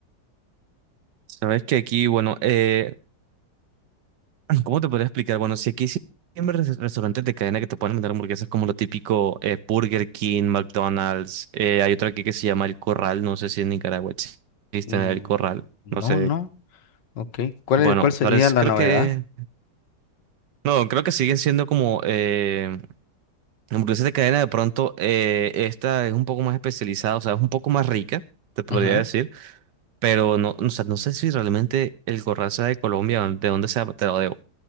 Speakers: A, on the right; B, on the left.
A: Sabes que aquí, bueno, eh, ¿Cómo te podría explicar? Bueno, si aquí siempre res- restaurantes de cadena que te pueden vender hamburguesas como lo típico eh, Burger King, McDonald's, eh, hay otro aquí que se llama El Corral, no sé si en Nicaragua existe
B: Mm,
A: El Corral,
B: no,
A: no sé.
B: no, ok. ¿Cuál
A: Bueno,
B: es- cuál sería
A: parece,
B: la
A: creo
B: novedad?
A: que, no, creo que siguen siendo como eh, hamburguesas de cadena, de pronto eh, esta es un poco más especializada, o sea, es un poco más rica, te podría
B: Ujú,
A: decir, pero no, o sea, no sé si realmente El Corral sea de Colombia, de dónde sea, te lo debo.